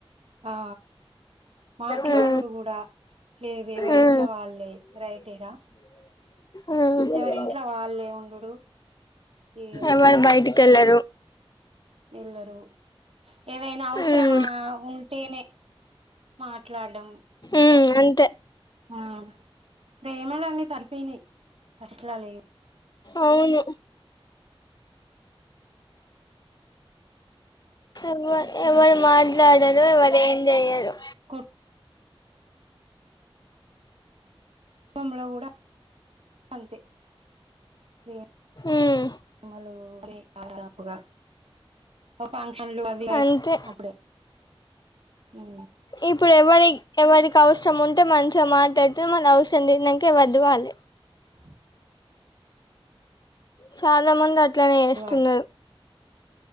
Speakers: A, on the right; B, on the left.
A: ఆ మాట్లాడుడు
B: ఉమ్
A: కూడా లేదు ఎవరింట్లో
B: ఉమ్
A: వాళ్ళే రైటేరా
B: ఉమ్
A: ఎవరింట్ల వాళ్ళే ఉండుడు ఇగ
B: ఎవరు బయటికి ఎళ్ళరు
A: ఎల్లరు ఏదైనా అవసరమా
B: ఉమ్
A: ఉంటేనే మాట్లాడం
B: ఉమ్ అంతే
A: ఆ ప్రేమలు అన్నీ తరిపోయినయి ఫస్ట్ లా లేవు
B: అవును ఎవరు
A: ఊ
B: ఎవరు మాట్లాడరు ఎవరు ఏం జెయ్యరు
A: కున్ కంగడ కూడా అంతే సేమ్
B: ఉమ్
A: మల్లుది దాదాపుగా ఓ ఫంక్షన్ లు అవి ఐతే
B: అంతే
A: అపుడే ఊ
B: ఇప్పుడు ఎవరి ఎవరికి అవసరం ఉంటే మంచిగా మాట్లాడుతు మళ అవసరం తీరినంక ఎవరిది వాళ్ళు
A: ఆ
B: చాలా మంది అట్లనే చేస్తున్నరు
A: వాడే